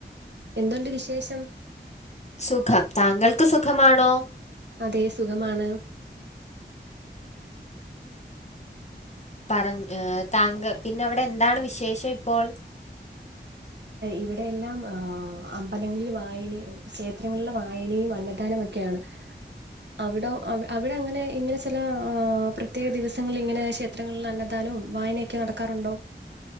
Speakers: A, on the right; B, on the left.
A: എന്തൊണ്ട് വിശേഷം
B: സുഖം താങ്കൾക്ക് സുഖമാണോ
A: അതെ സുഖമാണ്
B: പറഞ്ഞ് ഏ താങ്കൾ പിന്നെ അവിടെ എന്താണ് വിശേഷം ഇപ്പോൾ
A: ഇവിടെയെല്ലാം ആഹ് അമ്പലങ്ങളിൽ വായനെ ക്ഷേത്രങ്ങളിൽ വായനയും അന്നദാനം ഒക്കെ ക്യാണ് അവിടോ അവ് അവിടെ അങ്ങനെ ഇങ്ങനെ ചെല ആ ആ ആ പ്രത്യേക ദിവസങ്ങളി ഇങ്ങനെ ക്ഷേ ത്രങ്ങളിൽ അന്നദാനോം വായനയൊക്കെ നടക്കാറുണ്ടോ